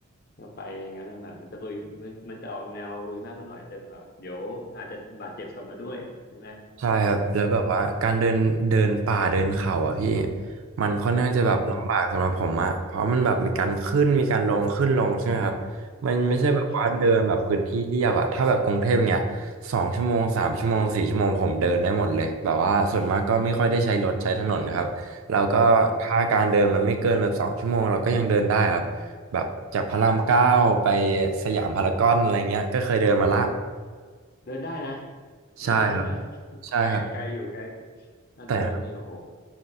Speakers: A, on the left (about 45°); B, on the right (about 70°).
A: แล้วไปอย่างนั้นมันแบบมันจะลุยมันมันจะออกแนวลุยมากไปหน่อยจะแบบเดี๋ยวอาจจะบาดเจ็บกลับมาด้วยใช่ไหม
B: ใช่ครับแล้วแบบว่าการเดินเดินป่าเดินเขาอ่ะพี่
A: อืม
B: มันค่อนข้างจะแบบลำบากสำหรับผมอะเพราะมันแบบมีการขึ้นมีการลงขึ้นลงใช่ไหมครับ
A: อืม
B: มันไม่ใช่แบบว่าเดินแบบพื้นที่เรียบอะถ้าแบบกรุงเทพเนี่ย
A: อ๋อใช่ใช่ใช่
B: สองชั่วโมงสามชั่วโมงสี่ชั่วโมงผมเดินได้หมดเลยแบบว่าส่วนมากก็ไม่ค่อยได้ใช้รถใช้ถนนนะครับแล้วก็ถ้าการเดินมันไม่เกินแบบสองชั่วโมงเราก็ยังเดินได้ครับแบบจากพระรามเก้าไป
A: อืม
B: สยามพารากอนอะไรเงี้ยก็เคยเดินมาละ
A: เดินได้นะ
B: ใช่ครับ
A: ได้ใช่ไหม <laughs>
B: ใช่ครับ
A: ไกลไกลอยู่ไกลถ้าเดินนี่โอ้โห
B: แต่